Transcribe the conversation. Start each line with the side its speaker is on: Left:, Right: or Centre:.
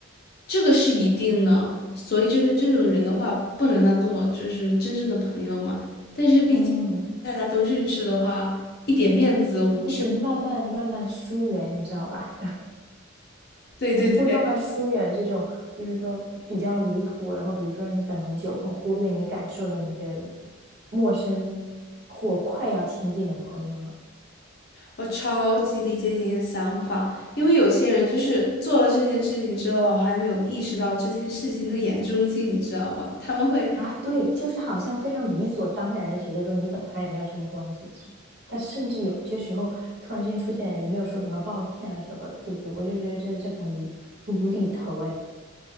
Left: 这个是一定的，所以就是这种人的话，不能当做就是真正的朋友嘛。但是毕竟大家都认识的话，
Right: 嗯，
Left: 一点面子我是。
Right: 就是慢慢慢慢疏远，你知道吧？
Left: 对对对，
Right: 你会慢慢疏远这种，就是说比较离谱，然后比如说让你等很久，很忽略你感受的那些陌生或快要亲近的朋友们
Left: 我超级理解你的想法，因为有些人就是做了这件事情之后，还没有意识到这件事情的严重性，你知道吗？他们会，
Right: 啊，对，就是好像非常理所当然的觉得说你等他也没有什么关系，但甚至有些时候突然之间出现也没有说什么抱歉啊什么的，对不对？我就觉得真的就很无很无厘头哎，